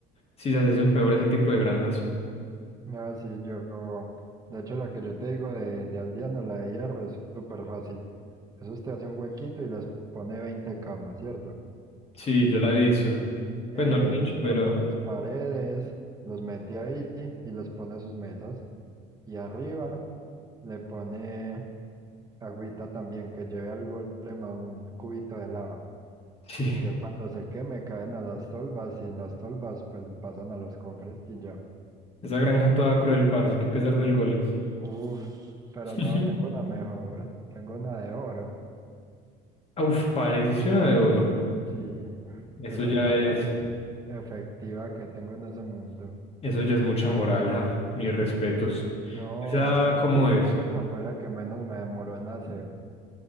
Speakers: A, on the left (about 35°); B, on the right (about 20°).
A: sí, se hace eso empeora ese tipo de granjas.
B: Ah, sí, yo, de hecho la que yo te digo de, de Aldeano, la de hierro, es súper fácil. Eso usted hace un huequito y les pone 20 camas, ¿cierto?
A: Sí, yo la he visto. Pues
B: Eh,
A: no la he hecho,
B: les pone
A: pero
B: unas paredes, los mete ahí y les pone sus mesas. Y arriba le pone agüita también, que lleve al golem a un cubito de lava.
A: sí.
B: Y ya cuando se queme caen a las tolvas y en las tolvas pues pasan a los cofres y ya.
A: Esa granja toda cruel, parce, que pesar del golem.
B: Uf, pero
A: <laughs>
B: no, tengo una mejor, tengo una de oro.
A: Uf, pana, hiciste una de oro.
B: Sí,
A: Eso
B: esa es la
A: ya es,
B: más efectiva que tengo en ese mundo.
A: eso ya es mucha moral, ja. Mis respetos.
B: No,
A: Esa, Claro. ¿cómo
B: yo
A: es?
B: creo que esa fue la que menos me demoró en hacer.